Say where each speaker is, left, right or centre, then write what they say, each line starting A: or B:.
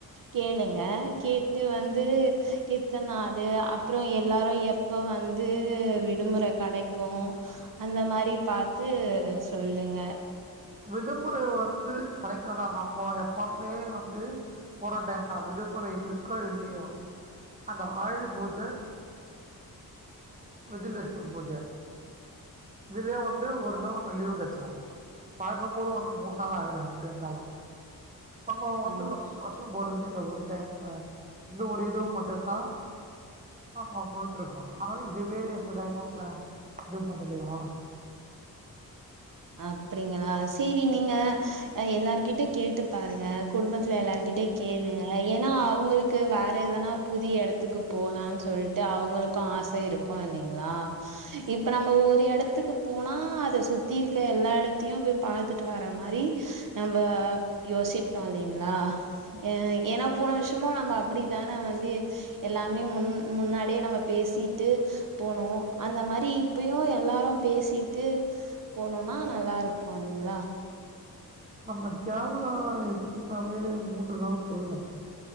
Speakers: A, on the right; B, on the right.
A: கேளுங்க கேட்டு வந்து எத்தன்நாளு அப் அப்றோ எல்லாரு எப்ப வந்து விடுமுற கொடைக்கு அந்த மாரி பாத் து சொல்லுங்க
B: விடுமுறை வந்து கெடைக்கலா நம்ப எப்பவுமே வந்து போற டைம்தா விடுமுறை இருக்கோ இல்லியோ அந்த ஆயுத பூஜ விஜலஷ்மி பூஜ இதுலயே வந்து ஒரு நாள் லீவு கெடச்சிடு பாக்கும்போது வந்து மூணு நாள் ஆயிடு எப்டி இருந்தாலு நம்ப வந்து
A: ஆ
B: வருசா வருசம் போறது இந்த ஒரு டைம் இப்ப இந்த ஒரு இதுவு மட்டுந்தா நம்ம போயிட்டு இருக்கோ அதனால இதுவே எந்த டைமு பிளான் இது பண்ணிக்லா
A: அப்டிங்ளா சேரி நீங்க எல்லார்கிட்ட கேட்டு பாருங்க குடும்பத்துல எல்லார்கிட்ட கேளுங்க ஏனா அவங்ளுக்கு வேற எதனா புது எடத்துக்கு போலானு சொல்ட்டு அவங்களுக்கு ஆச இருக்கு இல்லங்களா இப்ப நம்ம ஒரு எடத்துக்கு போனா அத சுத் தி இருக்க எல்லா எடத்தயு போய் பாத்துட்டு வரா மாரி நம்ம யோசிக்னு இல்லங்களா அ ஏனா போன வருசமு நம்ம அப்டித்தான வந்து எல்லாமே முன் முன்னாடியே நம்ம பேசிட்டு போனோ அந்த மாரி இப்பயு எல்லாரு பேசிட்டு போனோனா நல்லா இருக்கு இல்லிங்ளா
B: நம்ம கேரளா எடுத்துக்குனாவே மூன்று நாள் போயிடு